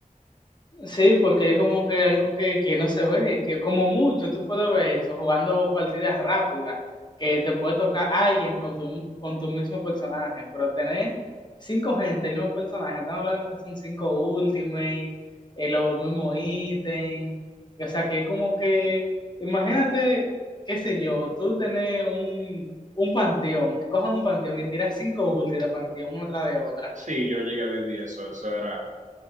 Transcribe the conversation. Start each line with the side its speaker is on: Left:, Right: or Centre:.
Left: Sí, porque es como que algo que, que no se ve, que como mucho tú puedes ver eso jugando partidas rápidas, que te puede tocar alguien con tu, con tu mismo personaje, pero tener cinco gente, el mismo personaje, estamos hablando que son cinco ultimate, eh, los mismos ítems, y, o sea que es como que, imagínate, qué sé yo, tú tenés un, un panteón, que cojan un panteón y tiras cinco ulti de panteón una tras de otra.
Right: Sí, yo llegué a vivir eso, eso era